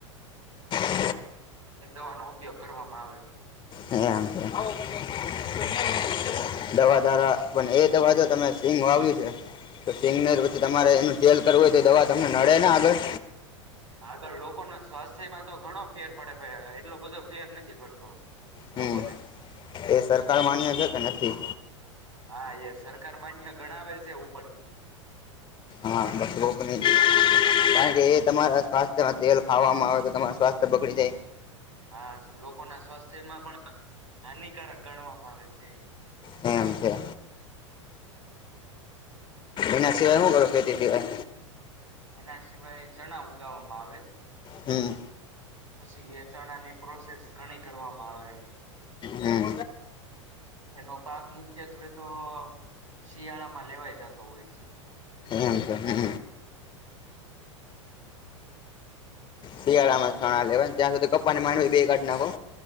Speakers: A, on the left; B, on the right.
A: <inaudible>
B: દવા નો ઉપયોગ કરવામાં આવે.
A: એમ <unintelligible> દવા દારા પણ એ દવા જો તમે હિંગ વાવ્યું છે. તો સિંગનેર પછી તમારે એનું તેલ કરવું હોય તો એ દવા તમને નડે ના આગળ
B: આગળ લોકો ના સ્વાસ્થ્યમાં તો ઘણો ફેર પડે પણ એટલો બધો ફેર નથી પડતો.
A: હમ્મ
B: લોકોને
A: એ સરકાર માન્ય છે કે નથી.
B: હા એ સરકાર માન્ય ગણાવે છે ઉપરથી
A: હ બા શ્લોકની કારણ કે એ તમારા સ્વાસ્થ્યમાં તેલ ખાવામાં આવે તો તમારું સ્વાસ્થ્ય બગડી જાય.
B: હા લોકો ના સ્વાસ્થ્યમાં પણ હાનિકારક ગણવામાં આવે છે.
A: એમ છે. એના સિવાય હું કરો ખેતી સિવાયે
B: એના સિવાય ચણા ઉગાવામાં આવે.
A: હમ્મ.
B: પછી એ ચણાની પ્રોસેસ ઘણી કરવામાં આવે.
A: હમ
B: એનો પાક મુખ્યત્વે તો શિયાળા માં લેવાય છે જાતો હોય છે.
A: એમ છે હે. શિયાળા માં લેવા ત્યાં સુધી કપ્પા માં બે કાઢ નાખો.